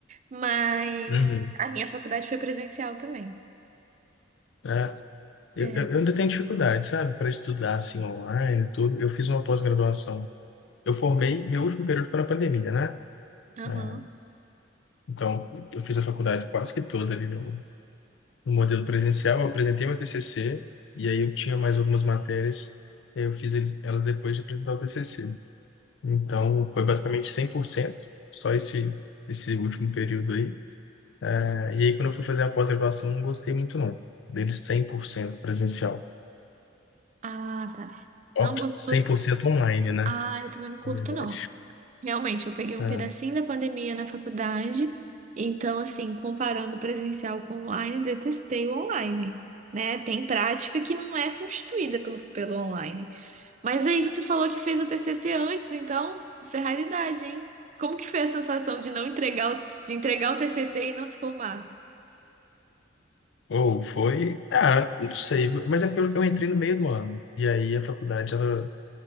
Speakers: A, on the right (about 40°); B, on the left (about 65°).
A: Mas
B: Uhum.
A: a minha faculdade foi presencial também.
B: É, eu,
A: É,
B: eu eu ainda tenho dificuldade, sabe, para estudar assim online, e tudo. Eu fiz uma pós-graduação. Eu formei meu último período para a pandemia, né?
A: aham.
B: É, então, eu fiz a faculdade quase que toda ali no, no modelo presencial, eu apresentei meu TCC e aí eu tinha mais algumas matérias, aí eu fiz eles, elas depois de apresentar o TCC. Então, foi basicamente 100% só esse esse último período aí. Eh, E aí, quando eu fui fazer a pós-graduação, não gostei muito, não. Deles 100% presencial.
A: Ah, tá.
B: Ó,
A: Não gostou?
B: 100% online, né?
A: Ah, eu também não curto,
B: Na verdade.
A: não. Realmente, eu peguei um
B: Ah,
A: pedacinho da pandemia na faculdade. Então, assim, comparando o presencial com o online, detestei o online. Né? Tem prática que não é substituída pelo, pelo online. Mas aí você falou que fez o TCC antes, então isso é raridade, hein? Como que foi a sensação de não entregar, o- de entregar o TCC e não se formar?
B: ou foi... Ah, não sei. Mas é porque eu eu entrei no meio do ano. E aí, a faculdade, ela...